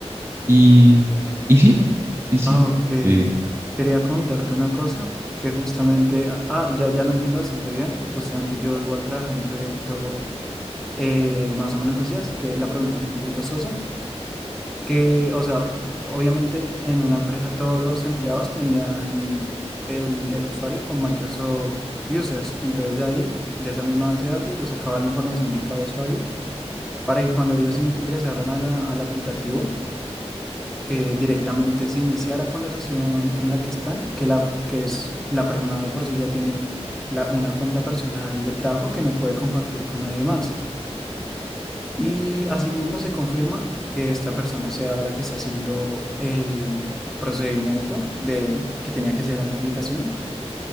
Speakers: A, on the right; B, in the centre.
A: Y, y sí, sí, sí.
B: Ok.
A: Eh,
B: Quería comentarte una cosa que justamente, ah, ya, ya lo entiendo bastante bien. Justamente yo igual trabajé en un proyecto eh, más o menos así, así que la pregunta fue un poquito sosa, que, o sea, obviamente en una empresa todos los empleados tenían el, el usuario con Microsoft Users, entonces de ahí, de esa misma base de datos, yo sacaba la información de cada usuario para que cuando ellos ingresaron a la- al aplicativo, eh, directamente se iniciara con la sesión en la que están, que, la, que es la persona de por sí ya tiene la, una cuenta personal de trabajo que no puede compartir con nadie más. Y asimismo se confirma que esta persona sea la que está haciendo el procedimiento de que tenía que ser en esa aplicación.